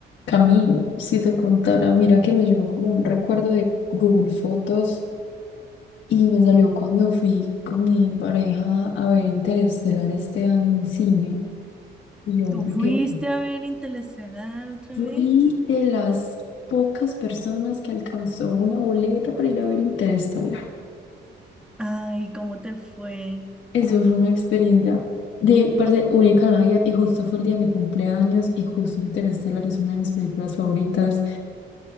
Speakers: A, on the left; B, in the centre.
A: Camille, si te contara, mira que me llegó como un recuerdo de Google Fotos y me salió cuando fui con mi pareja a ver Interestelar este año en cine. Y yo
B: ¿Tú
A: me
B: fuiste
A: que
B: a ver Interestelar otra
A: fui
B: vez?
A: de las pocas personas que alcanzó una boleta para ir a ver Interestelar.
B: Ay, ¿cómo te fue?
A: Eso fue una experiencia de parte única en la vida y justo fue el día de mi cumpleaños y justo Interestelar es una de mis películas favoritas.